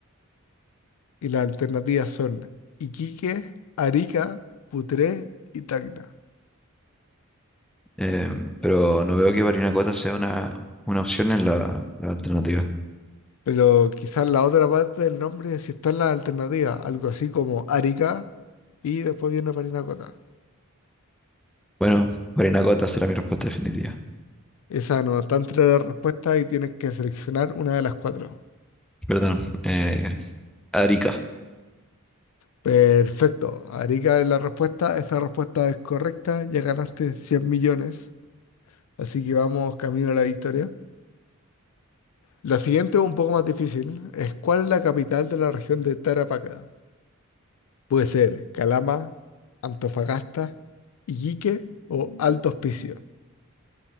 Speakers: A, on the left; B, in the centre.
A: Y las alternativas son Iquique, Arica, Putré y Tacna.
B: Eh, pero no veo que Barinacota sea una, una opción en la, la alternativa.
A: Pero quizás la otra parte del nombre sí está en la alternativa, algo así como Arica y después viene Parinacota.
B: Bueno, Barinacota será mi respuesta definitiva.
A: Esa no está entre las respuestas y tienes que seleccionar una de las cuatro.
B: Perdón. eh, Arica.
A: Perfecto, Arica es la respuesta, esa respuesta es correcta, ya ganaste 100 millones. Así que vamos camino a la victoria. La siguiente es un poco más difícil. Es ¿cuál es la capital de la región de Tarapacá? Puede ser Calama, Antofagasta, Iquique o Alto Hospicio.